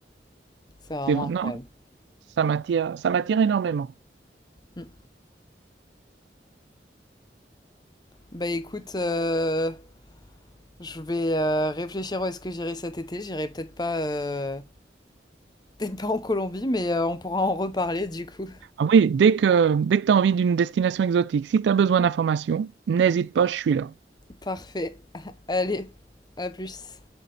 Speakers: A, on the left; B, on the right.
A: c'est vraiment
B: C'est vrai-
A: incroyable.
B: Non, ça m'attire, ça m'attire énormément.
A: Mmh. Bah, écoute, heu, je vais, heu, réfléchir où est-ce que j'irai cet été. J'irai peut-être pas, heu Peut-être pas en Colombie, mais euh, on pourra en reparler du coup.
B: Ah oui, dès que, dès que tu as envie d'une destination exotique, si tu as besoin d'informations, n'hésite pas, je suis là.
A: Parfait. <laughs> Allez, à plus.